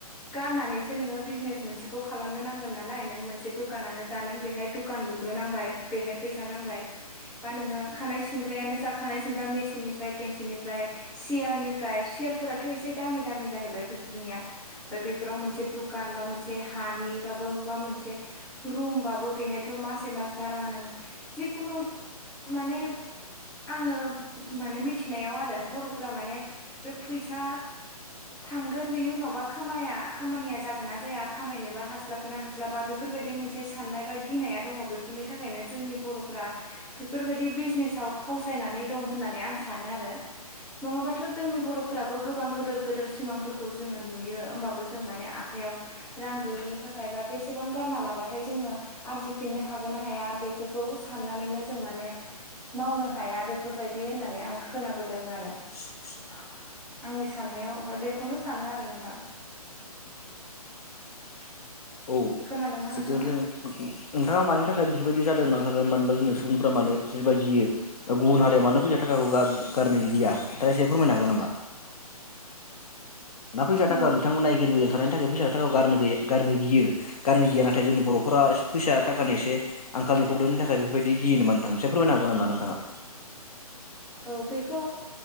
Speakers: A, in the centre; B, on the left.
A: गारनानैसो नोङो बिजनेस मोनसेखौ खालामनो नांगोन नालाय नों मोनसे दखानानो जा नों बेहाय दुखान लुग गोनांबाय बेहाय फैसा नांबाय बा नोङो खानाय सिंग्रायानो जा खानाय सिनग्रा मेसिननिफ्राय केन्सिनिफ्राय सियारनिफ्राय सियारफोराथ' एसे दामि दामि जाहैबाय बेफोरनिया। ओमफ्राय बेफोराव मोनसे दुखान बा मोनसे हानि बाबो माबा मोनसे रुमबाबो बेहायथ' मासे मास भारा होनांगोन जिखुनु माने आङो माने मिथिनायाव आरो बर'फोरा माने बे फैसा थांगोन बेनि उनावबा खामाया-खामानिया जागोन ना जाया खामायनोबा हास्लाब गोना हास्लाबा बेफोरबायदि मोनसे साननाय बा गिनाया दङ बेफोरनि थाखायनो जोंनि बर'फ्रा बेफोरबायदि बिजनेसाव फावसायनानै दं होननानै आं सानो आरो। नङाबाथ' जोंनि बर'फोराबो गोबां गोदोर गोदोर सिमांफोरखौ जोङो नुयो। होमबाबो जों माने आखायाव रां गैयिनि थाखाय बा बेसेबां गारना लाबाथाय जोङो आरजिफिननो हाग गोना हाया बेफोरखौ साननानैनो जों माने मावनो हाया बेफोरबायदि होननानै आं खोनाबोदों आरो।
B: <unintelligible>
A: आंनि साननायाव ओमफ्राय बेखौनो सान खोनादोंना
B: औ
A: नोंथाङा?
B: जों नोंथाङा मानि थाखाय बेफोरबायदि जादों न स मानो होनबा जोंनि सुबुंफफोरा मानो जेनेबा गियो गुबुन हारिया मानो फैसा थाखाखौ गार-गारदै ना फैसा थाखा
A: औ
B: बिथांमोना एगेलबिगेल थानायनि थाखायबो गारनो गैया नाथाय जोंनि बर'फोरा एसे फैसा थाखा आंखालनि प्रब्लेनि थाखाय बेबायदि गियो नामा नोंथां? ऐसे फोरायनो हागोननामा नोंथाङा?
A: औ बेखौ